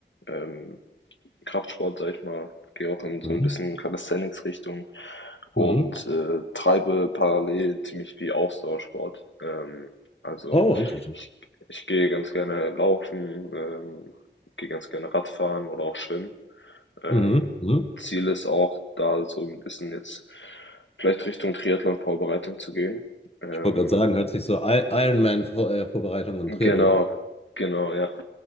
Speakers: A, on the left; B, on the left.
A: ähm, Kraftsport, sage ich mal, gehe auch in so
B: Mhm.
A: ein bisschen Calisthenics-Richtung und
B: Mhm.
A: äh, treibe parallel ziemlich viel Ausdauersport. Ähm, also
B: Oh, interesting.
A: ich, ich gehe ganz gerne laufen, ähm, gehe ganz gerne Radfahren oder auch schwimmen. Ähm,
B: Mhm. Mhm.
A: Ziel ist auch, da so ein bisschen jetzt vielleicht Richtung Triathlon-Vorbereitung zu gehen. Ähm,
B: Ich wollte gerade sagen, hört sich so I- Ironman-Vorbereitung und
A: genau,
B: Triathlon.
A: genau, ja.